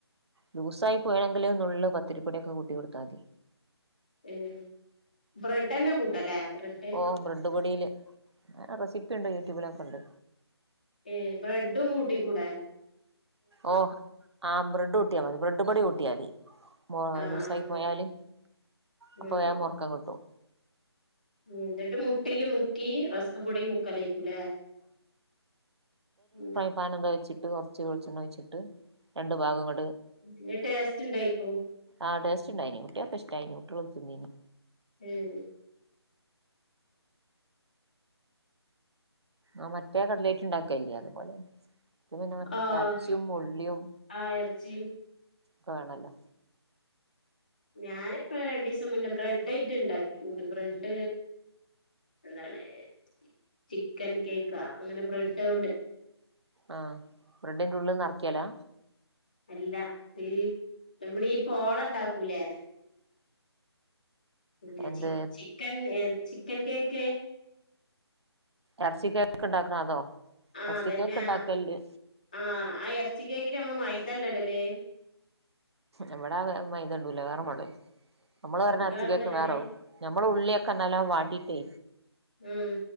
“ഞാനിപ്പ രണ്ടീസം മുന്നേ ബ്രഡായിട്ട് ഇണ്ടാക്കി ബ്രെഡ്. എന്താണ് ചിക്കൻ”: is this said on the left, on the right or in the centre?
Left